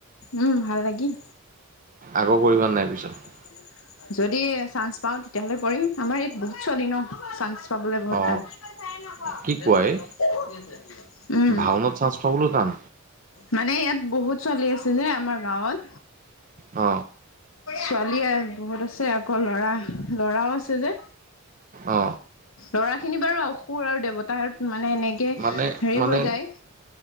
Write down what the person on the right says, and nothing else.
আকৌ কৰিবা নাই পিছত?
অ
কি কোৱা এই
ভাওনাত চান্স পাবলৈও টান
অ
অ
মানে
মানে